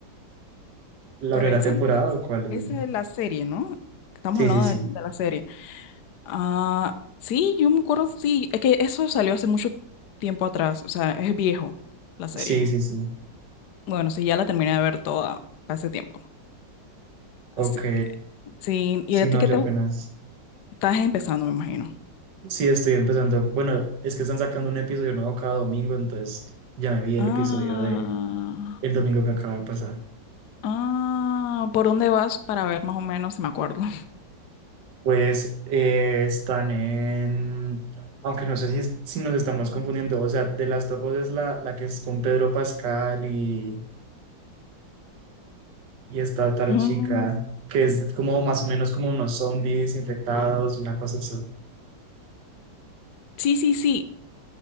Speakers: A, on the right; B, on the left.
A: ¿La
B: Pero
A: primera
B: esa
A: temporada
B: es, el-
A: o cuál?
B: esa es la serie, ¿no? Estamos
A: Sí,
B: hablando
A: sí, sí,
B: de, de la serie. Ah, sí, yo me acuerdo, sí, es que eso salió hace mucho tiempo atrás, o sea, es viejo la serie.
A: sí, sí, sí,
B: Bueno, sí, ya la terminé de ver toda hace tiempo. Así,
A: ok,
B: que, sí, ¿y
A: sí,
B: a
A: no,
B: ti qué
A: yo
B: te
A: apenas,
B: gu- estás empezando, me imagino?
A: sí, estoy empezando, bueno, es que están sacando un episodio nuevo cada domingo, entonces ya me vi
B: Ah,
A: el episodio de el domingo que acaba de pasar.
B: ah, ¿por dónde vas para ver más o menos si me acuerdo? <laughs>
A: Pues eh, están en, aunque no sé si, es- si nos estamos confundiendo, o sea, de las of Us es la, la que es con Pedro Pascal y, y esta otra
B: Mm,
A: chica, que es como más o menos como unos zombies infectados, una cosa así.
B: Sí, sí, sí.